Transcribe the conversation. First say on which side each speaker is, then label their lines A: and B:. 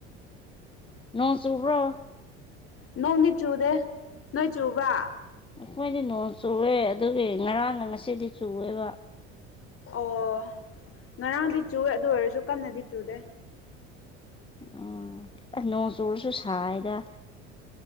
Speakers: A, on the left; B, on the left.
A: ꯅꯣꯡꯁꯨꯕ꯭ꯔꯣ
B: ꯅꯣꯡꯗꯤ ꯆꯨꯗꯦ ꯅꯣꯏ ꯆꯨꯕ꯭ꯔꯥ
A: ꯑꯩꯈꯣꯏꯗꯤ ꯅꯣꯡ ꯆꯨꯑꯦ ꯑꯗꯨꯒꯤ ꯉꯔꯥꯡꯒ ꯉꯁꯤꯗꯤ ꯆꯨꯋꯦꯕ
B: ꯑꯣ ꯉꯔꯥꯡꯗꯤ ꯆꯨꯏꯦ ꯑꯗꯨ ꯑꯣꯏꯔꯁꯨ ꯀꯟꯅꯗꯤ ꯆꯨꯗꯦ
A: ꯎꯝ ꯑꯁ ꯅꯣꯡ ꯆꯨꯔꯁꯨ ꯁꯥꯏꯗ